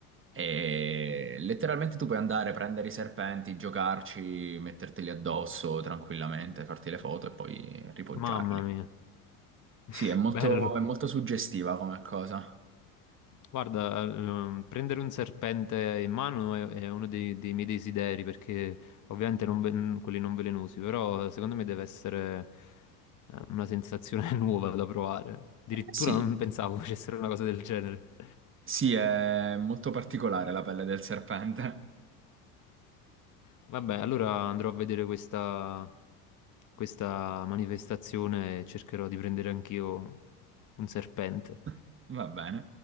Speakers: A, on the right; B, on the left.
A: E letteralmente tu puoi andare, prendere i serpenti, giocarci, metterteli addosso tranquillamente, farti le foto e poi ripoggiarli.
B: mamma mia, <laughs>
A: Sì, è molto,
B: bello.
A: è molto suggestiva come cosa.
B: Guarda, ehm, prendere un serpente in mano è, è uno dei, dei miei desideri, perché ovviamente non ve- quelli non velenosi, però secondo me deve essere eh, una sensazione <laughs> nuova da provare. Addirittura
A: Eh Sì,
B: non pensavo <laughs> facessero una cosa del genere.
A: sì, è molto particolare la pelle del serpente.
B: Vabbè, allora andrò a vedere questa, questa manifestazione e cercherò di prendere anch'io un serpente.
A: <laughs> Va bene.